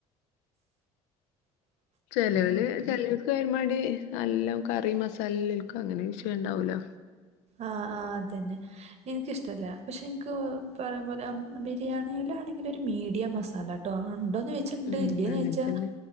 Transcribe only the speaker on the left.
ചെിലവള് ചിലൾക്ക് ഒരുമാടി എല്ലാം കറി മസാല എൽക്ക അങ്ങനെ വിഷയ ഉണ്ടാവലോ
ഉം
അങ്ങനെ
തന്നെ